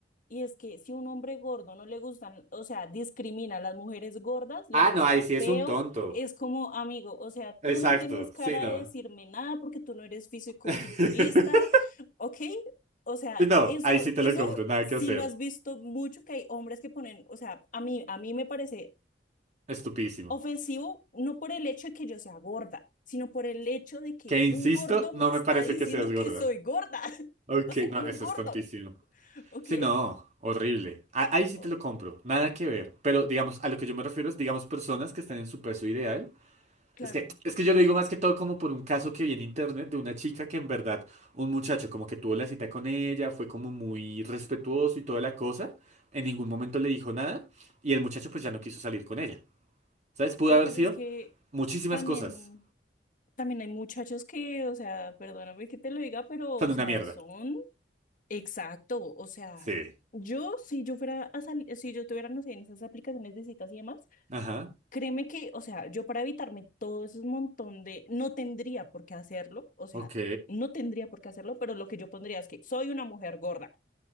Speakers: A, on the left; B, on the right.
A: Y es que si un hombre gordo no le gustan, o sea, discrimina a las mujeres gordas, las
B: Ah, no,
A: trata
B: ahí sí es
A: feo,
B: un tonto.
A: es como amigo, o sea, tú
B: Exacto,
A: no tienes cara
B: sí, no.
A: de decirme nada porque tú no eres fisicoculturista,
B: <laughs>
A: ¿ok? O sea,
B: No,
A: eso,
B: ahí sí te
A: eso
B: lo compro, nada
A: sí
B: que hacer.
A: lo has visto mucho que hay hombres que ponen, o sea, a mí, a mí me parece
B: Estupidísimo.
A: ofensivo no por el hecho de que yo sea gorda, sino por el hecho de que
B: Que insisto,
A: un gordo
B: no
A: me
B: me
A: está
B: parece
A: diciendo
B: que seas gorda.
A: que soy gorda, <laughs>
B: Ok,
A: o sea,
B: no,
A: un
B: eso
A: gordo,
B: es tontísimo.
A: ¿ok?
B: Sí, no, horrible. A- ahí sí
A: O-
B: te lo compro, nada que ver. Pero digamos, a lo que yo me refiero es, digamos, personas que están en su peso ideal.
A: Claro.
B: Es que, es que yo lo digo más que todo como por un caso que vi en internet de una chica que en verdad, un muchacho como que tuvo la cita con ella, fue como muy respetuoso y toda la cosa, en ningún momento le dijo nada y el muchacho pues ya no quiso salir con ella. ¿Sabes? Pudo
A: Pero
B: haber
A: pues
B: sido
A: es que
B: muchísimas
A: también,
B: cosas.
A: también hay muchachos que, o sea, perdóname que te lo diga, pero,
B: Son
A: o
B: una
A: sea,
B: mierda.
A: son exacto. O sea,
B: Sí.
A: yo, si yo fuera a salir, si yo tuviera, no sé, en esas aplicaciones de citas y demás,
B: Ajá,
A: créeme que, o sea, yo para evitarme todo ese montón de, no tendría por qué hacerlo, o sea,
B: ok.
A: no tendría por qué hacerlo, pero lo que yo pondría es que soy una mujer gorda.